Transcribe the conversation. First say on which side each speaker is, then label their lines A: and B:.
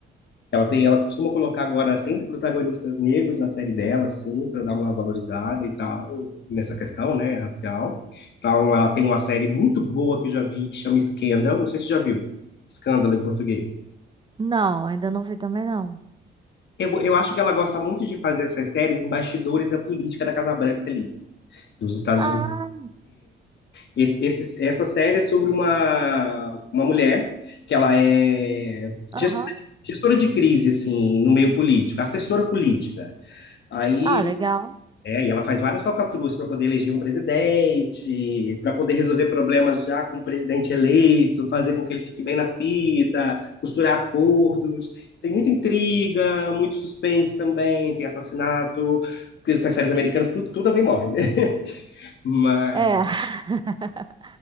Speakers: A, on the left; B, on the right.
A: ela tem, ela costuma colocar agora sempre protagonistas negros na série dela, assim, para dar uma valorizada e tal, nessa questão, né, racial. Então, ela tem uma série muito boa que eu já vi, que chama Scandal. Não sei se você já viu. Escândalo em português.
B: Não, ainda não vi também não.
A: Eu, eu acho que ela gosta muito de fazer essas séries em bastidores da política da Casa Branca ali, dos Estados
B: Ah,
A: Unidos. Esse, esse- essa série é sobre uma, uma mulher que ela é
B: aham.
A: gestora de, gestora de crise, assim, no meio político, assessora política. Aí,
B: Ah, legal.
A: é, e ela faz várias falcatruas para poder eleger um presidente, para poder resolver problemas já com o presidente eleito, fazer com que ele fique bem na fita, costurar acordos. Tem muita intriga, muito suspense também, tem assassinato, porque essas séries americanas tudo, tudo alguém morre, né? <laughs> Mas
B: É. <laughs>